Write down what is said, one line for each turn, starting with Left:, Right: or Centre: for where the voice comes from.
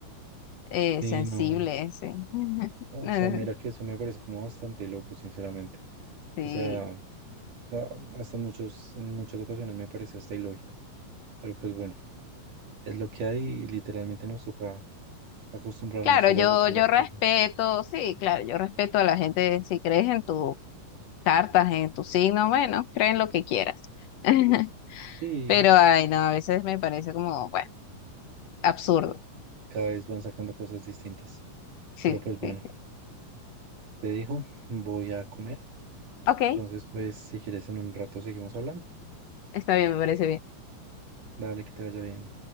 Left: eh,
Right: Sí,
Left: sensible,
Right: no.
Left: sí. <laughs>
Right: O
Left: Eh,
Right: sea, mira que eso me parece como bastante loco, sinceramente.
Left: Sí.
Right: O sea, o sea, hasta en muchos, en muchas ocasiones me parece hasta ilógico. Pero pues bueno, es lo que hay y literalmente nos toca acostumbrarnos
Left: Claro,
Right: a
Left: yo,
Right: las loqueras
Left: yo respeto,
Right: que
Left: sí, claro, yo respeto a la gente, si crees en tus cartas, en tu signo, bueno, creen lo que quieras. <laughs>
Right: sí,
Left: Pero, ay, no, a veces me parece como, bueno, absurdo.
Right: que cada vez van sacando cosas distintas.
Left: Sí,
Right: Pero pues bueno,
Left: sí, sí.
Right: te dijo, voy a comer.
Left: Ok,
Right: Entonces, pues si quieres en un rato seguimos hablando.
Left: está bien, me parece bien.
Right: Dale, que te vaya bien.